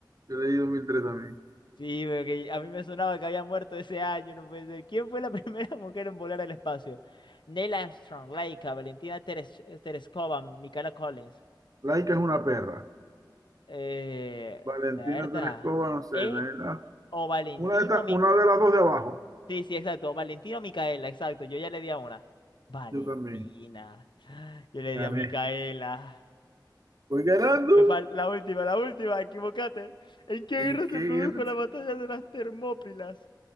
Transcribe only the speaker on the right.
Yo leí 2003 también.
Laika es una perra.
Valentina
Terescova, no sé.
Nayla-
Una de, estas-
una de las dos de abajo.
Yo también.
Gané.
Voy ganando.
¿En
qué
guerra?